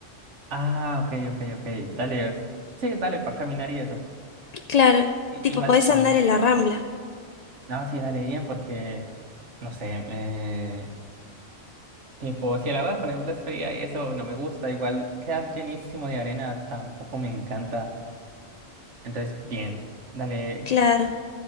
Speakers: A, on the right; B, on the left.
A: Ah, ok, ok, ok. Dale, es- sí, dale, para caminar y eso.
B: <laughs> Claro,
A: I-
B: tipo
A: igual
B: podés
A: bien.
B: andar en la rambla.
A: No, sí, dale bien porque, no sé, eh... Tipo, si el agua, por ejemplo, es fría y eso no me gusta, igual quedar llenísimo de arena tampoco me encanta. Entonces, bien, dale,
B: Claro.